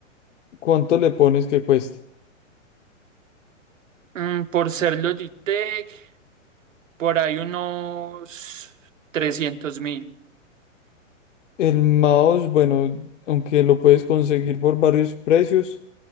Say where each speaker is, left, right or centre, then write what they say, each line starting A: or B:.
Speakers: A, on the left (about 65°); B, on the right (about 70°).
A: ¿Cuánto le pones que cuesta?
B: Mm, por ser Logitech, por ahí unos trescientos mil.
A: El mouse, bueno, aunque lo puedes conseguir por varios precios,